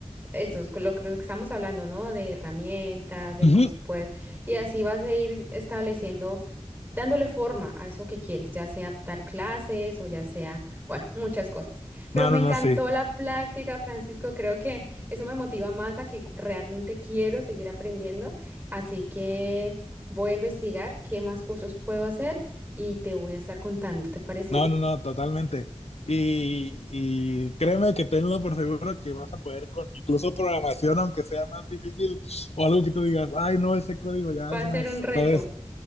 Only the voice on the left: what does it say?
Ujú.
No,
no,
no, sí.
No, no, no, totalmente. Y, y créeme que tenlo por seguro que vas a poder con incluso programación, aunque sea más difícil o algo que tú digas, ay, no, ese código ya
es
más.
Entonces,